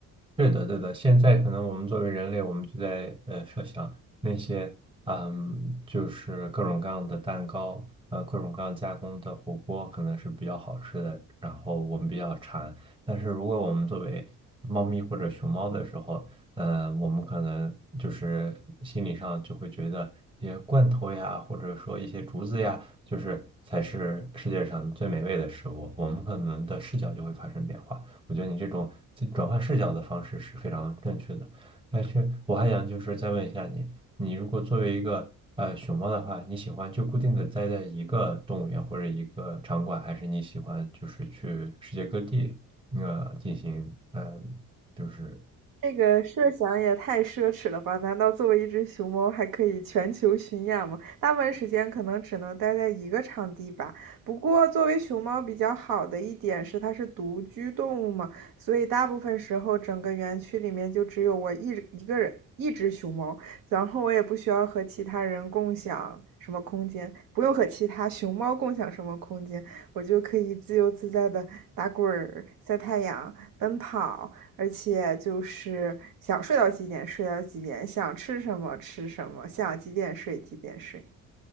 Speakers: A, on the right; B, on the right.
A: 是的，对的。现在可能我们作为人类，我们就在呃设想那些，嗯，就是各种各样的蛋糕，呃，各种各样加工的火锅可能是比较好吃的，然后我们比较馋。但是如果我们作为猫咪或者熊猫的时候，呃，我们可能就是心理上就会觉得一些罐头呀，或者说一些竹子呀，就是才是世界上最美味的食物，我们可能的视角就会发生变化。我觉得你这种转换视角的方式是非常正确的。但是我还想就是再问一下你，你如果作为一个呃熊猫的话，你喜欢就固定的待在一个动物园或者一个场馆，还是你喜欢就是去世界各地呃进行嗯、就是
B: 这个设想也太奢侈了吧？难道作为一只熊猫还可以全球巡演吗？大部分时间可能只能待在一个场地吧。不过，作为熊猫比较好的一点是它是独居动物嘛，所以大部分时候整个园区里面就只有我一一个人，一只熊猫，然后我也不需要和其他人共享什么空间，不用和其他熊猫共享什么空间，我就可以自由自在的打滚儿、晒太阳、奔跑。而且就是想睡到几点睡到几点，想吃什么吃什么，想几点睡几点睡。